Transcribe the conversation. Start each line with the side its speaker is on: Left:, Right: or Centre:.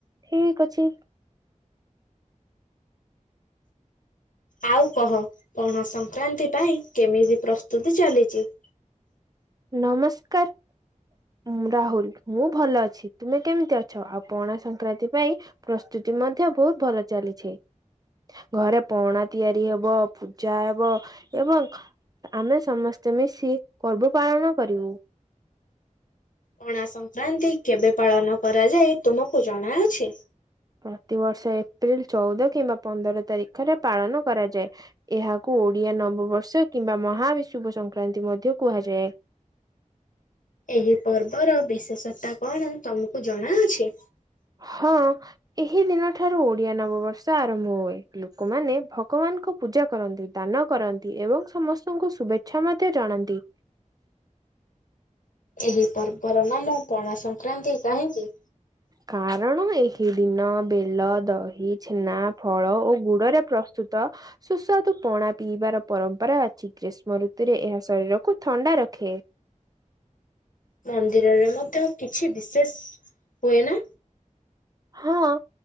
Right: ଠିକ୍ ଅଚି।
Left: ଆଉ କହ ପଣା ସଂକ୍ରାନ୍ତି ପାଇଁ କେମିତି ପ୍ରସ୍ତୁତି ଚାଲିଚି?
Right: ନମସ୍କାର୍। ମୁଁ ରାହୁଲ୍ ମୁଁ ଭଲ ଅଛି ତୁମେ କେମିତି ଅଛ ଆଉ ପଣା ସଂକ୍ରାନ୍ତି ପାଇଁ ପ୍ରସ୍ତୁତି ମଧ୍ୟ ବହୁତ୍ ଭଲ ଚାଲିଛି‌। ଘରେ ପଣା ତିଆରି ହବ ପୂଜା ହେବ ଏବଂ ଆମେ ସମସ୍ତେ ମିଶି ପର୍ବ ପାଳନ କରିବୁ।
Left: ପଣା ସଂକ୍ରାନ୍ତି କେବେ ପାଳନ କରାଯାଏ ତୁମକୁ ଜଣାଅଛି?
Right: ପ୍ରତିବର୍ଷ ଏପ୍ରିଲ୍ ଚଉଦ କିମ୍ବା ପନ୍ଦର ତାରିଖରେ ପାଳନ କରାଯାଏ। ଏହାକୁ ଓଡ଼ିଆ ନବବର୍ଷ କିମ୍ବା ମହାବିଶୁଭ ସଂକ୍ରାନ୍ତି ମଧ୍ୟ କୁହାଯାଏ।
Left: ଏହି ପର୍ବର ବିଶେଷତା କଣ ତମକୁ ଜଣାଅଛି?
Right: ହଁ ଏହି ନୀଳ ଠାରୁ ଓଡିଆ ନବବର୍ଷ ଆରମ୍ଭ ହୁଏ ଲୋକମାନେ ଭଗବାନ୍କୁ ପୂଜା କରନ୍ତି ଦାନ କରନ୍ତି ଏବଂ ସମସ୍ତଙ୍କୁ ଶୁଭେଚ୍ଛା ମଧ୍ୟ ଜଣାନ୍ତି।
Left: ଏହି ପର୍ବର ନାମ ପଣା ସଂକ୍ରାନ୍ତି କାହିଁକି?
Right: କାରଣ ଏହି ଦିନ ବେଲ, ଦହି, ଛେନା ଫଳ ଓ ଗୁଡ଼ରେ ପ୍ରସ୍ତୁତ ସୁସ୍ୱାଦୁ ପଣା ପିଇବାର ପରମ୍ପରା ଅଛି ଗ୍ରୀଷ୍ମ ଋତୁରେ ଏହା ଶରୀରକୁ ଥଣ୍ଡା ରଖେ।
Left: ମନ୍ଦିରରେ ମଧ୍ୟ କିଛି ବିଶେଷ ହୁଏ ନା
Right: ହଁ।